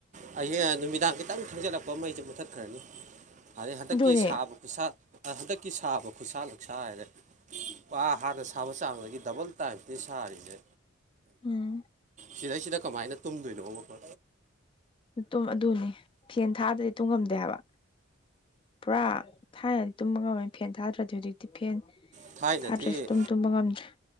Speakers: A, on the right (about 35°); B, on the left (about 25°).
A: ꯍꯡ ꯅꯨꯃꯤꯗꯥꯡ ꯈꯤꯇꯪ ꯊꯪꯖꯤꯜꯂꯛꯄ ꯃꯩꯁꯦ ꯃꯨꯊꯠꯈ꯭ꯔꯅꯤ ꯑꯗꯩ ꯍꯟꯗꯛꯀꯤ
B: ꯑꯗꯨꯅꯦ
A: ꯁꯥꯕ ꯈꯨꯠꯁꯥ ꯍꯟꯗꯛꯀꯤ ꯁꯥꯕ ꯈꯨꯠꯁꯥꯜꯂ ꯁꯥꯥꯏꯔꯦ ꯑ ꯍꯥꯟꯅ ꯁꯥꯕ ꯆꯥꯕꯗꯒꯤ ꯗꯕꯜ ꯇꯥꯏꯝꯁꯇꯅꯤ ꯁꯥꯔꯤꯁꯦ
B: ꯎꯝ
A: ꯁꯤꯗꯩꯁꯤꯗ ꯀꯃꯥꯏꯅ ꯇꯨꯝꯗꯣꯏꯅꯣ ꯃꯈꯣ
B: ꯇꯨꯝ ꯑꯗꯨꯅꯤ ꯐꯦꯟ ꯊꯥꯗ꯭ꯔꯗꯤ ꯇꯨꯝꯉꯝꯗꯦ ꯍꯥꯏꯕ ꯄꯨꯔꯥ ꯊꯥꯏꯅꯗꯤ ꯇꯨꯝꯃꯒꯝꯕꯅꯤ ꯐꯦꯟ ꯊꯥꯗ꯭ꯔꯗꯤ ꯍꯧꯖꯤꯛꯇꯤ ꯐꯦꯟ
A: ꯊꯥꯏꯅꯗꯤ
B: ꯊꯥꯗ꯭ꯔꯦꯁꯨ ꯇꯨꯝ ꯇꯨꯝꯕ ꯉꯝꯗ꯭ꯔꯦ